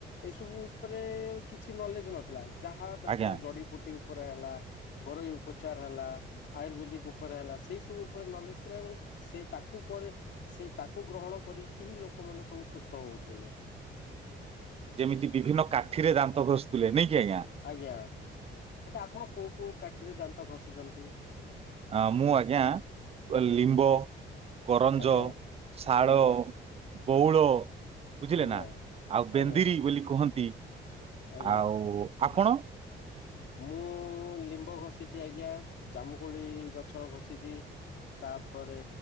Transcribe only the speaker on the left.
ଏସବୁ ଉପରେ କିଛି ନଲେଜ୍ ନଥିଲା। ଯାହା ତାଙ୍କର
ଜଡିବୁଟି ଉପରେ ହେଲା ଘରୋଇ ଉପଚାର ହେଲା, ଆୟୁର୍ବେଦିକ ଉପରେ ହେଲା ସେଇ ସବୁ ଉପରେ ନଲେଜ୍ ଥିଲା ଏବଂ ସେ ତାକୁ କରେ ସେ ତାକୁ ଗ୍ରହଣ କରିକି ହିଁ ଲୋକମାନେ ସବୁ ସୁସ୍ଥ ହଉଥିଲେ।
ଆଜ୍ଞା, ଆଚ୍ଛା ଆପଣ କୋଉ କୋଉ କାଠିରେ ଦାନ୍ତ ଘଷିଚନ୍ତି?
ଆଜ୍ଞା
ଆଜ୍ଞା
ଆଜ୍ଞା
ଆଜ୍ଞା।
ଆଜ୍ଞା
ମୁଁ ଲିମ୍ବ ଘଷିଛି ଆଜ୍ଞା ଜାମୁକୋଳି ଗଛ ଘଷିଚି। ତାପରେ